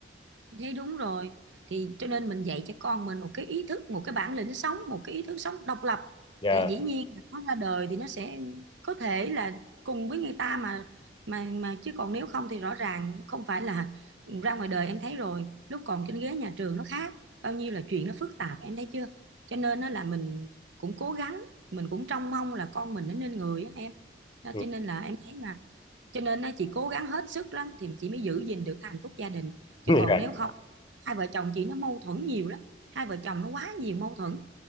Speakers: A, on the right; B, on the left.
A: thế đúng rồi thì cho nên mình dạy cho con mình một cái ý thức một cái bản lĩnh sống một cái ý thức sống độc lập
B: Dạ
A: thì dĩ nhiên là nó ra đời thì nó sẽ có thể là cùng với người ta mà mà mà chứ còn nếu không thì rõ ràng không phải là <laughs> ra ngoài đời em thấy rồi lúc còn trên ghế nhà trường nó khác bao nhiêu là chuyện nó phức tạp em thấy chưa cho nên nó là mình cũng cố gắng mình cũng trông mong là con mình nó nên người á em đó
B: Ừ.
A: cho nên là em thấy là cho nên á, chị cố gắng hết sức lắm thì chị mới giữ gìn được hạnh phúc gia đình
B: <laughs>
A: chứ còn
B: dạ
A: nếu không hai vợ chồng chị nó mâu thuẫn nhiều lắm hai vợ chồng nó quá nhiều mâu thuẫn